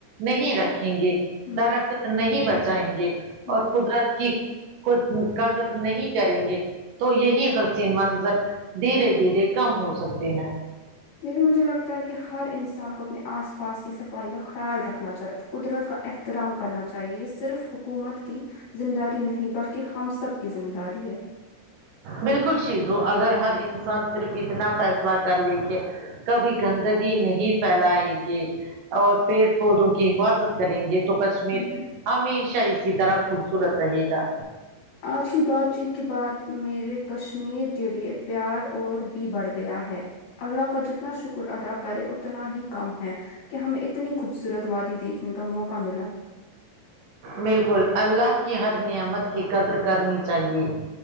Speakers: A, on the right; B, on the left.
A: نہیں رکھیں گے
B: ہوں
A: درخت نہیں بچائیں گے
B: ہوں
A: اور قدرت کی کو قدر نہیں کریں گے تو یہی قض یہ منظر دھیرے دھیرے کم ہو سکتے ہیں
B: لیکن مجھے لگتا ہے کہ ہر انسان کو اپنے آس پاس کی صفائی کا خیال رکھنا چاہے قدرت کا احترام کرنا چاہیے یہ صرف حکومت کی ذمداری نہیں بلکہ ہم سب کی ذمداری ہے
A: بالکل شیزو اگر ہر انسان صرف اتنا فیصلہ کر لے کہ کبھی گندگی نہیں پھیلائے گی اور پیڑ پودوں کی حفاظت کریں گے تو کشمیر
B: ہ
A: ہمیشہ اسی طرح خوبصورت رہے گا
B: آج کی بات چیت کے بعد میرے کشمیر کے لیے پیار اور بھی بڑھ گیا ہے اللہ کا جتنا شکر ادا کرے اتنا ہی کم ہے کہ ہمیں اتنی خوبصورت وادی دیکھنے کا موقع ملا
A: بالکل اللہ کی ہر نعمت کی قدر کرنی چاہیئے